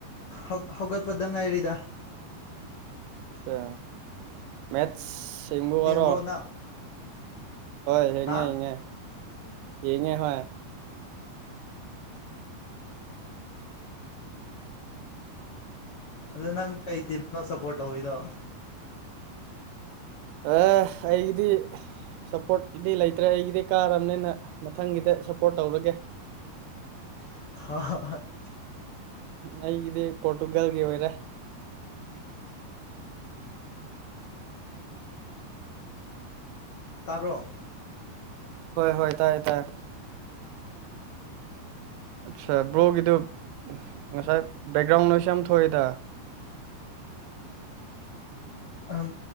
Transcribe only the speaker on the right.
ꯑ ꯃꯦꯠꯁ ꯁꯤꯕ ꯋꯥꯔꯣ
ꯍꯣꯏ ꯌꯦꯡꯉꯦ
ꯌꯦꯡꯉꯦ ꯌꯦꯡꯉꯦ ꯍꯣꯏ
ꯑꯦ ꯑꯩꯒꯤꯗꯤ ꯁꯞꯄꯣꯔꯠꯗꯤ ꯂꯩꯇ꯭ꯔꯦ ꯑꯩꯒꯤꯗꯤ ꯀꯥꯔꯕꯅꯤꯅ ꯃꯊꯪꯒꯤꯗ ꯁꯞꯄꯣꯔꯠ ꯇꯧꯔꯒꯦ
ꯑꯩꯒꯤꯗꯤ ꯄꯣꯔꯇꯨꯒꯜꯒꯤ ꯑꯣꯏꯔꯦ
ꯍꯣꯏ ꯍꯣꯏ ꯇꯥꯏꯌꯦ ꯇꯥꯏꯦ ꯑꯠꯆꯥ ꯕ꯭ꯂꯣꯒꯤꯗꯨ ꯉꯁꯥꯏ ꯕꯦꯛꯒ꯭ꯔꯥꯎꯟ ꯑꯣꯏꯁꯨ ꯌꯥꯝ ꯊꯣꯛꯑꯦꯗ